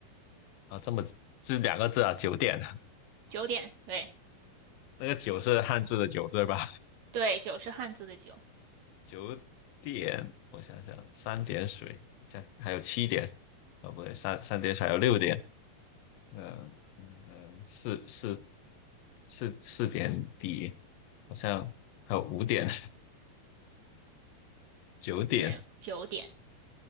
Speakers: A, on the left; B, on the right.
A: 啊，这么是两个字啊，九点，
B: 九点，对
A: 那个九是汉字的九对吧？
B: 对，九是汉字的九，
A: 九点，我想想，三点水，下还有七点，哦不对，三三点水还有六点，嗯嗯嗯，四四四四点底，好像还有五点、九点，
B: 没有，九点，